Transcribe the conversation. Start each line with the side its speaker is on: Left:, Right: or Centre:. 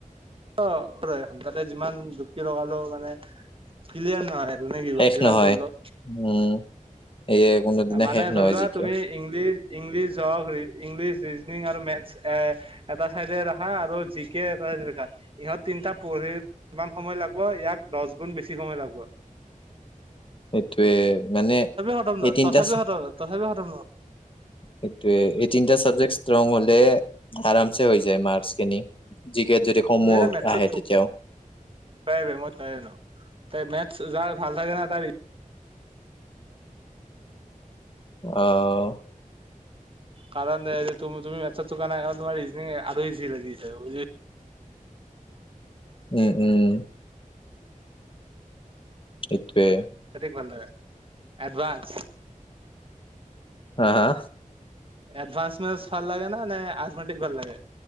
Right: অ ওপৰ তাতে যিমান দুপকি লগালোও মানে ক্লিয়াৰ নোৱাৰে নোৱাৰিবা
Left: শেষ
Right: যিমান
Left: নহয়
Right: কৰলেও
Left: উম এয়ে কোনোদিনা
Right: মানে
Left: শেষ নহয়
Right: ধৰি লোৱা
Left: জিকে
Right: তুমি ইংলিছ ইংলিছ হওক ইংলিছ ৰিজনিং আৰু মেথছ এ এটা চাইডে ৰখা আৰু জি কে এটা চাইডে ৰাখা ইহঁত তিনটা পঢ়ি ইমান সময় লাগব ইয়াক দছ গুণ বেছি সময় লাগব
Left: সেইটোৱে মানে
Right: খতম নহয়
Left: এইটো ইণ্টাচ
Right: তথাপিও খতম তথাপিও খতম নহয়
Left: সেটোৱে এই তিনটা চাবজেক্ট ষ্ট্ৰং হলে আৰাম ছে হৈ যায় মাৰ্ক্স খিনি জিকেত যদি কমো
Right: তুমি এনে মেথছত
Left: আহে তেতিয়াও
Right: চুকাই বে মই কাই ন ত মেথছ যাৰ ভাল থাকে ন তাৰ
Left: অ
Right: কাৰণ দে যে তুমি তুমি মেটছত চোকা ন আৰু তোমাৰ ৰিজনিং আৰু ইজি লাগি যায়
Left: উম উম সেতোৱে
Right: হেতুকাণে এডভাঞ্চ
Left: হা হা
Right: এডভাঞ্চ মেটছ ভাল লাগে নে আজমেটিক ভাল লাগে